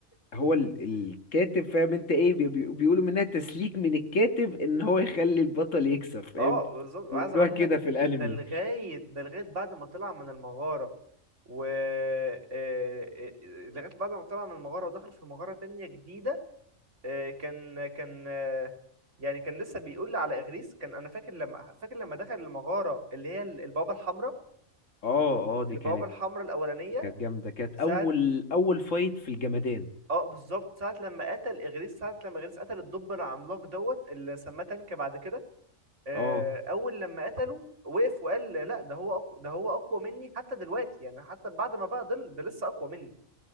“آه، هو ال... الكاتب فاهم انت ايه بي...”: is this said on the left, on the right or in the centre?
Left